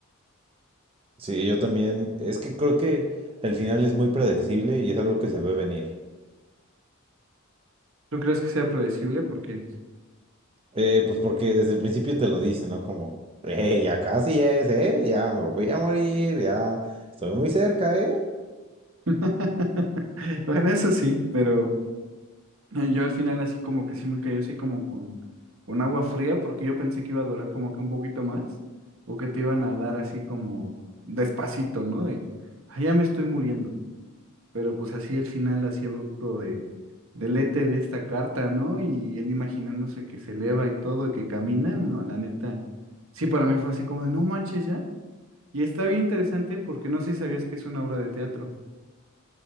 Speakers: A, on the right; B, on the right.
A: Sí, yo también. Es que creo que el final es muy predecible y es algo que se ve venir.
B: ¿Tú crees que sea predecible? Porque,
A: Eh, pues porque desde el principio te lo dicen, ¿no? Como, hey, ya casi es, ¿eh? Ya me voy a morir, ya estoy muy cerca, ¿eh?
B: <laughs> bueno, eso sí, pero eh, yo al final así como que sí me cayó así como con, con agua fría porque yo pensé que iba a durar como que un poquito más o que te iban a dar así como despacito, ¿no? De, "Ah, ya me estoy muriendo. Pero pues así el final, así abrupto de, del éter de esta carta, ¿no? Y él imaginándose que se eleva y todo, y que camina, no, la neta. Sí, para mí fue así como de, no manches ya. Y está bien interesante porque no sé si sabías que es una obra de teatro.